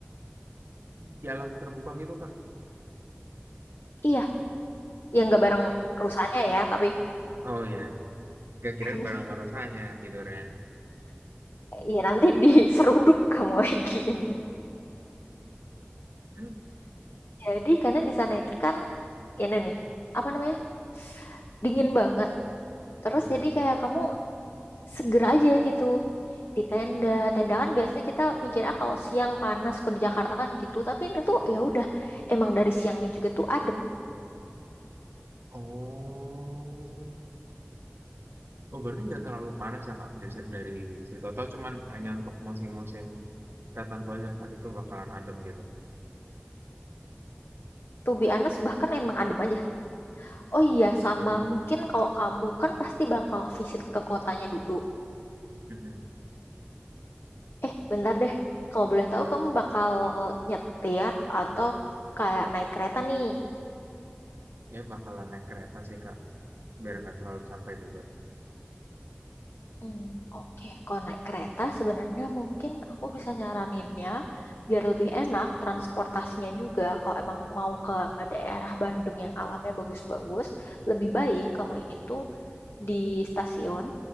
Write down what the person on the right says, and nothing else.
Di alam terbuka gitu, Kak?
Oh.
Oh ya, nggak kirain
bareng sama rusanya tidurnya.
<gasps>
Mhm.
Oh. Oh, berarti nggak terlalu panas ya, Kak, di si dari situ atau cuman hanya untuk musim-musim tertentu aja, Kak, itu bakalan adem gitu?
Oh,
mhm.
Kayaknya bakalan naik kereta sih, Kak, biar nggak terlalu capek juga.